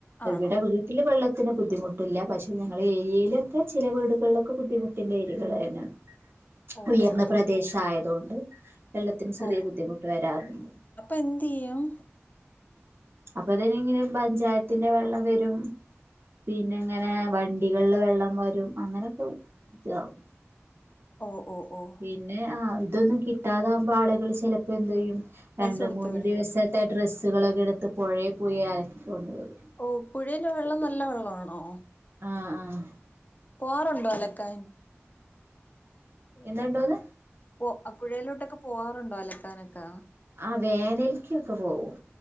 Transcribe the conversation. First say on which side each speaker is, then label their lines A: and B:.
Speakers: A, on the right (about 55°); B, on the left (about 35°).
A: എവിടെ
B: ആണോ
A: വീ ട്ടില് വെള്ളത്തിന് ബുദ്ധിമുട്ടില്ല പക്ഷേ ഞങ്ങള ഏരിയിലൊക്കെ ചില വീടുകളിലൊക്കെ ബുദ്ധിമുട്ടിൻ്റെ ഏരിയകൾ തന്നാണ്
B: <inaudible>
A: ഉയർന്ന
B: ഓ
A: പ്രദേശ
B: ഓ ഓ
A: ആയത് കൊണ്ട് വെള്ളത്തിന് ചെറിയ
B: ഓ
A: ബുദ്ധിമുട്ട് വരാറുണ്ട്
B: അപ്പൊ എന്ത്യ്യും
A: അപ്പൊ അതനി ഇങ്ങനെ പഞ്ചായത്തിന്റെറെ വെള്ളം വരും പിന്നെ ഇങ്ങനെ വണ്ടികളില് വെള്ളം വരും അങ്ങനൊക്കെ താവും
B: ഒ ഒ ഓഹ്
A: പിന്നെ ആഹ് ഇതൊന്നു കിട്ടാതാവുമ്പോ ആളുകൾ ചിലപ്പോ എന്തെയ്യു
B: പൈസ
A: രണ്ട്
B: കൊടുത്ത്
A: മൂന്ന്
B: മേടിക്കും
A: ദിവസ ത്തെ ഡ്രസ്സുകളൊക്കെ എടുത്ത് പുഴയെ പോയി അലക്കി കൊണ്ടുവരും
B: ഓഹ് പുഴയിലെ വെള്ളം നല്ല വെള്ളാണോ
A: അ ആഹ്
B: പോറുണ്ടോ അലക്കാൻ
A: എന്ത്ണ്ടോന്ന്
B: പോ പുഴയിലോട്ടൊക്കെ പോവാറുണ്ടോ അലക്കാനൊക്കെ
A: ആ വേനല്ക്കൊക്കെ പോവും